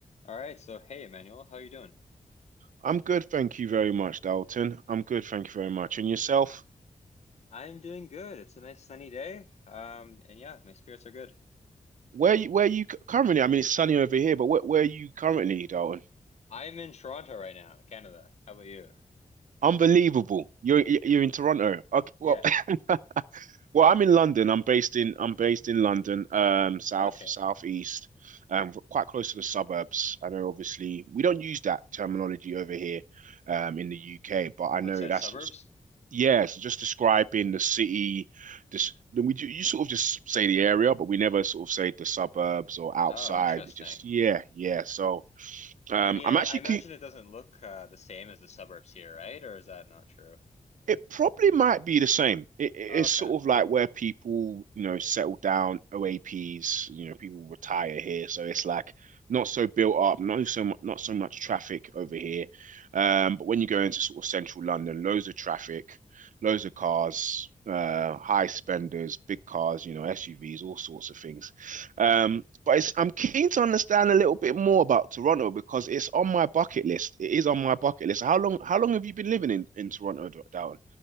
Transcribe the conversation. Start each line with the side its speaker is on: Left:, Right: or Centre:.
Left: All right, so hey Emmanuel, how are you doing?
Right: I'm good, thank you very much, Dalton. I'm good, thank you very much. And yourself?
Left: I'm doing good. It's a nice sunny day. Um, and yeah, my spirits are good.
Right: Where you where you c- currently? I mean, it's sunny over here, but where where are you currently, Dalton?
Left: I'm in Toronto right now, Canada. How about you?
Right: Unbelievable. You're you're in Toronto. Okay, well,
Left: Yeah.
Right: <laughs> well, I'm in London. I'm based in I'm based in London, um, south
Left: Okay.
Right: southeast, um, quite close to the suburbs. I know, obviously, we don't use that terminology over here, um, in the UK, but I know
Left: What's that,
Right: that's
Left: suburbs?
Right: Yeah, so just describing the city. This then we do, you sort of just say the area, but we never sort of say the suburbs or outside.
Left: Oh, interesting.
Right: We just yeah, yeah. So um,
Left: I mean,
Right: I'm
Left: I,
Right: actually
Left: I imagine
Right: keen,
Left: it doesn't look uh, the same as the suburbs here, right? Or is that not true?
Right: It probably might be the same. It, it-
Left: Oh,
Right: it's
Left: okay.
Right: sort of like where people, you know, settle down, OAPs, you know, people retire here, so it's like not so built up, not so much, not so much traffic over here. Um, but when you go into sort of central London, loads of traffic, loads of cars, uh, high spenders, big cars, you know, SUVs, all sorts of things. Um, but it's, I'm keen to understand a little bit more about Toronto because it's on my bucket list. It is on my bucket list. How long, how long have you been living in in Toronto, down?